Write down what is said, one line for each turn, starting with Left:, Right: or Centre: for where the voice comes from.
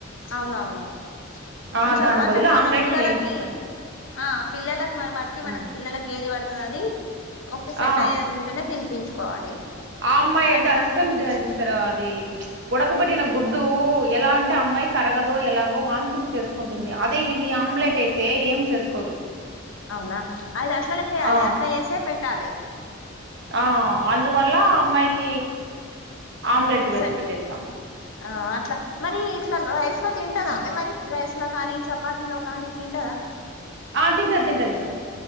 Left: అవునవును
Right: ఆ!
Left: కొంచెం
Right: దాని
Left: వంట
Right: బదులు
Left: మన
Right: ఆమ్లెట్
Left: పిల్లలకి
Right: మేలు సిస్టర్.
Left: ఆ పిల్లలకు మన బట్టి
Right: హ్మ్.
Left: మనకు పిల్లలలకు ఏది పడుతది అది ఓకే సెట్
Right: ఆ!
Left: అయేదుంటేనే తినిపించుకోవాలి.
Right: అమ్మైతే
Left: సెట్
Right: అస్సలు
Left: కాంది కూడా తినిపించు
Right: తీనాధ్ జీష్ సారో అది ఉడకబెట్టిన గుడ్డు ఎలా అంటే అమ్మాయి అరగదో ఎలాగో వామిటింగ్ చేస్ కుంటుంది అదే ఇది ఆమ్లెట్ అయితే ఏం చేసుకోదు
Left: అవునా అయిది అట్లనే చేయలే
Right: ఆ!
Left: అట్లా చేసే పెట్టాలే.
Right: ఆ అందువల్ల అమ్మాయికి
Left: ఆ
Right: ఆమ్లెట్ వేసి
Left: సరే
Right: పెట్టేసామ్.
Left: ఆ అట్లా మరి ఇట్లా రైస్ లో తింటదా ఆమె మరి రైస్ లో కానీ చపాతిలో కానీ తింటదా.
Right: ఆ తింటది తింటది ఇష్టం